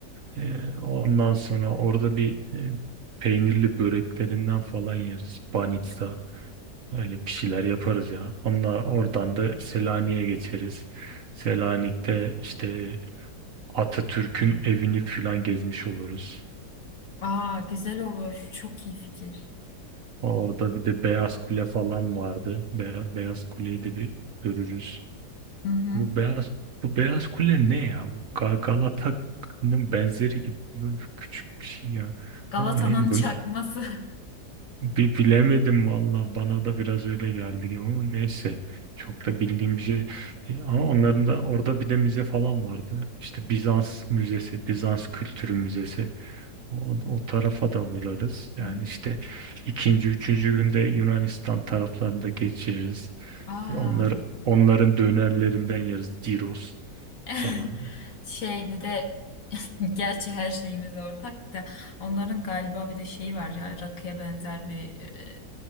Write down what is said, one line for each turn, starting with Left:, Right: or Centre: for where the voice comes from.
Right: Ee, ondan sonra orada bir e, peynirli böreklerinden falan yeriz. Banitsa öyle bir şeyler yaparız ya. Onlar oradan da Selanik'e geçeriz. Selanik'te işte Atatürk'ün evini falan gezmiş oluruz.
Left: Aa güzel olur. Çok iyi fikir.
Right: Orada bir de Beyaz Kule falan vardı. Beyaz, Beyaz Kule'yi de bir görürüz.
Left: Hı hı.
Right: Bu Beyaz bu Beyaz Kule ne ya? Bu Ga- Galata'nın benzeri gibi böyle küçük bir şey ya.
Left: Galata'nın
Right: Aa neyse
Left: çakması.
Right: bunu
Left: <laughs>
Right: bir bilemedim valla. Bana da biraz öyle geldi gibi ama neyse. Çok da bildiğim bir şey. değil. Ama onların da orada bir de müze falan vardı. İşte Bizans Müzesi, Bizans Kültürü Müzesi. O, o tarafa da vurarız. Yani
Left: Hı.
Right: işte ikinci, üçüncü günde Yunanistan taraflarında geçiririz.
Left: Aa.
Right: Onlar, onların dönerlerinden yeriz. Gyros
Left: <laughs>
Right: falan.
Left: Şey bir de <laughs> gerçi her şeyimiz ortak da onların galiba bir de şeyi var ya rakıya benzer bir e,